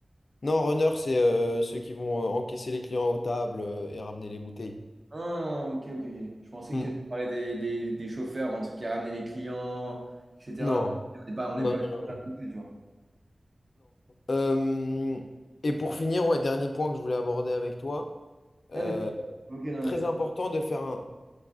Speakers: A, on the left; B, on the right.
A: Non, runner, c'est euh, ceux qui vont euh, encaisser les clients aux tables euh, et ramener les bouteilles.
B: Ah, ok, ok, ok. Je pensais
A: Mm.
B: que... Tu parlais des, des, des chauffeurs, en tout cas, ramener les clients, etc.
A: Non,
B: On n'est pas, on n'est
A: non,
B: pas
A: non.
B: là non plus, tu vois.
A: Euh, et pour finir, ouais, dernier point que je voulais aborder avec toi. euh,
B: Ah, mais, tu- ok, non,
A: très
B: mais-
A: important de faire un.